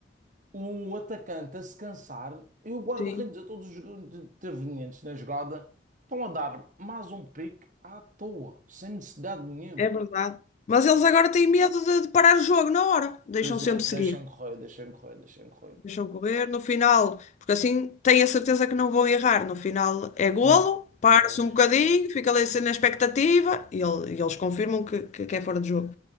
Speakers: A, on the right (about 45°); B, on the left (about 40°).
A: o atacante a se cansar e o guarda-redes
B: sim,
A: a todos os joga- intervenientes na jogada estão a dar mais um pique à toa, sem necessidade nenhuma
B: é verdade. Mas eles agora têm medo de, de parar o jogo na hora. Deixam
A: Pois
B: sempre
A: é, deixem
B: seguir.
A: correr, deixem correr, deixem correr.
B: Deixam correr no final, porque assim têm a certeza que não vão errar. No final é golo,
A: Então,
B: para-se
A: pois,
B: um bocadinho, fica ali assim na expectativa e, ele- e eles confirmam que, que- que é fora de jogo.